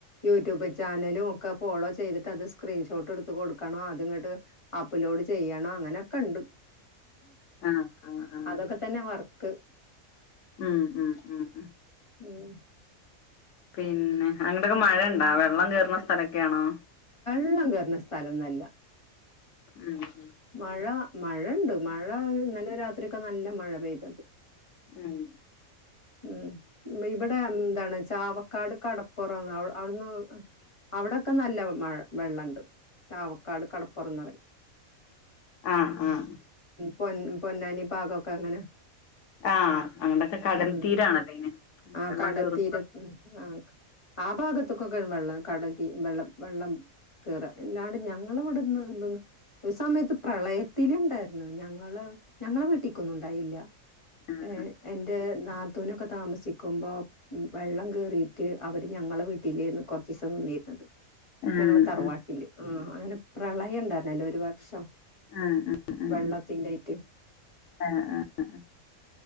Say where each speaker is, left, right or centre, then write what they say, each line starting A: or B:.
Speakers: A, on the left (about 30°); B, on the left (about 65°).
A: യൂട്യൂബ് ചാനലും ഒക്കെ ഫോളോ ചെയ്തിട്ട് അത് സ്ക്രീൻഷോട്ട് എടുത്ത് കൊടുക്കണം അത്ങ്ങോട്ട് അപ്‌ലോഡ് ചെയ്യ അങ്ങനെയൊക്കെ ഉണ്ട്
B: ആ ആ ആ
A: അതൊക്കെ തന്നെ വർക്ക്
B: ഉം ഉം ഉം ഉം
A: ഉം
B: പിന്നെ അങ്ങട്ടൊക്കെ മഴയണ്ടാ വെള്ളം കേയറുന്ന സ്ഥലക്കെയാണോ
A: വെള്ളം കേയറുന്ന സ്ഥലൊന്നുല്ലാ
B: ഉം
A: മഴ മഴ ണ്ട് മഴ ഇന്നലെ രാത്രി ഒക്കെ നല്ല മഴ പെയ്തത്
B: ഉം
A: ഉം ഇവിടെ എന്താണ് ചാവക്കാട് കടപ്പുറംന്ന് അവിടുന്ന് അവിടൊക്കെ നല്ല മഴ വെള്ളണ്ട് ചാവക്കാട് കടപ്പുറന്ന് പറയും
B: ആഹ് ആഹ്
A: പൊ പൊന്നാനി ഭാകൊക്കെ അങ്ങനെ
B: ആഹ് അങ്ങടൊക്കെ കടൽ
A: ഉം
B: തീരാണല്ലോ അയിന്
A: ആഹ്
B: വെള്ളം
A: കടൽ
B: കേറും
A: തീര ആ ആ ഭാഗത്തൊക്കൊക്കെ വെള്ളം കടത്തി വെള്ളം വെള്ളം കേറാ അല്ലാണ്ട് ഞങ്ങളവിടന്ന് എന്തന്ന് ഒരു സമയത്ത് പ്രളയത്തി ഇണ്ടായിരുന്നു ഞങ്ങള് ഞങ്ങളെ വീട്ടിക്കൊന്നും ഇണ്ടായില്ല
B: ഉം
A: ഏ എന്റെ നാത്തൂനൊക്കെ താമസിക്കുമ്പോ വെള്ളം കേറിട്ട് അവര് ഞങ്ങളെ വീട്ടിലേന്ന് കുറചീസം നിന്നിരുന്നത്
B: ഉം
A: ഞങ്ങള് തറവാട്ടീല് ആ അങ്ങനെ പ്രളയം ഉണ്ടായിരുന്നല്ലോ ഒരു വർഷം
B: ഉം ഉം
A: വെള്ളത്തിന്റൊയിട്ടും
B: ഉം ആഹ് ആഹ്